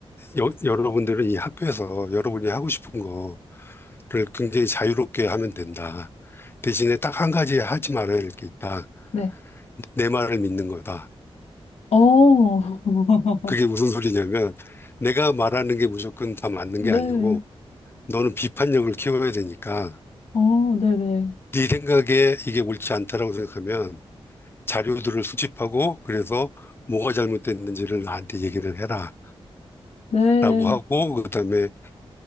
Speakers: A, on the left; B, on the left.
A: 여, 여러분들은 이 학교에서 여러분이 하고 싶은 거를 굉장히 자유롭게 하면 된다. 대신에 딱 한 가지 하지 말아야 할 게 있다.
B: 네.
A: 내 말을 믿는 거다.
B: 어, <laughs>
A: 그게 무슨 소리냐면 내가 말하는 게 무조건 다 맞는 게
B: 네,
A: 아니고 너는 비판력을 키워야 되니까
B: 어, 네네.
A: 네 생각에 이게 옳지 않다라고 생각하면 자료들을 수집하고 그래서 뭐가 잘못됐는지를 나한테 얘기를 해라.
B: 네,
A: 라고 하고
B: 네.
A: 그다음에